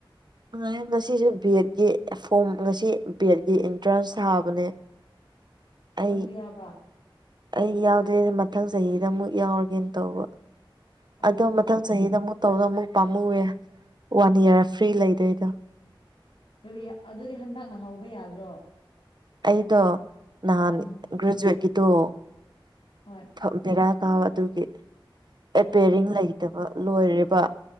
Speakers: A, on the right; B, on the left.
A: ꯉꯉꯥꯏ ꯉꯁꯤꯁꯦ ꯕꯤ ꯑꯦꯗꯀꯤ ꯐꯣꯝ ꯉꯁꯤ ꯕꯤ ꯑꯦꯗꯀꯤ ꯑꯦꯟꯇ꯭ꯔꯥꯟꯁ ꯊꯥꯕꯅꯦ <unintelligible> ꯑꯩ
B: ꯅꯪꯈꯩ ꯌꯥꯕ꯭ꯔꯥ
A: ꯑꯩ ꯌꯥꯎꯗ꯭ꯔꯦ ꯃꯊꯪ ꯆꯍꯤꯗ ꯑꯃꯨꯛ ꯌꯥꯎꯔꯒꯦꯅ ꯇꯧꯕ
B: ꯑꯣ
A: ꯑꯗꯣ ꯃꯊꯪ ꯆꯍꯤꯍꯤꯗ ꯑꯃꯨ ꯇꯧꯅ ꯑꯃꯨꯛ ꯄꯥꯝꯃꯨꯑꯦ ꯋꯥꯟ ꯏꯌꯥꯔ ꯐ꯭ꯔꯤ ꯂꯩꯗꯣꯏꯗꯣ
B: ꯀꯔꯤ ꯑꯗꯨꯗꯤ ꯍꯟꯗꯛꯅ ꯍꯧꯕ ꯌꯥꯗ꯭ꯔꯣ
A: ꯑꯩꯗꯣ ꯅꯍꯥꯟ
B: ꯎꯝ
A: ꯒ꯭ꯔꯦꯖꯨꯋꯦꯠꯀꯤꯗꯣꯦꯔꯥ
B: ꯍꯣꯏ
A: ꯀꯥ ꯑꯗꯨꯒꯤ ꯑꯦꯄꯦꯔꯤꯡ
B: ꯑꯣ
A: ꯂꯩꯇꯕ ꯂꯣꯏꯔꯤꯕ